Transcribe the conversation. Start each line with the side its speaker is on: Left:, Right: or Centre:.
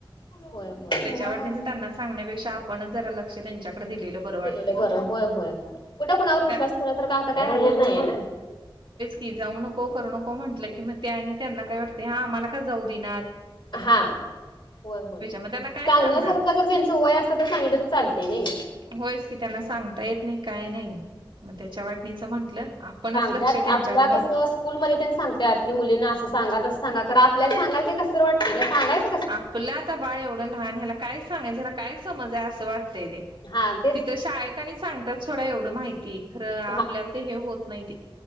Left: होय होय.
Right: त्याच्या वाटणीचा त्यांना सांण्यापेक्षा आपण जर लक्ष दिलेलं बरं वाटते.
Left: केलेलं बरं होय होय कुठे कुणावर विश्वास
Right: त्या
Left: ठेवण्यासारखा आता काय झाले नाहीये ना,
Right: ती जाऊ नको करू नको म्हटलं की मग ते आणि त्यांना काय वाटते हा आम्हाला का जाऊ देना,
Left: हा होय होय
Right: मग त्यांना काय
Left: सांगण्यासारखं
Right: सांगणार
Left: जर त्यांच वय असत तर सांगितलं तर चालत नाही.
Right: होयच की त्यांना सांगता येत नाही काय नाही मग त्याच्या वाटणीचं म्हंटलं आपणच
Left: आप
Right: लक्ष त्यांच्याकडे मग
Left: कस स्कूलमध्ये त्यां सांगत्यात की मुलींना असं सांगा असं सांगा करा आपल्याला सांगाय ते कसं वाटतं सांगायच
Right: आपलं आता बाळ एवढं लहान ह्याला काय सांगाय ह्याला काय समज आहे असं वाटतय रे
Left: हा ते
Right: तिथ शाळेत आणि सांगतात थोडं एवढं माहिती खरं आपल्याला
Left: हा
Right: ते हे होत नाही ते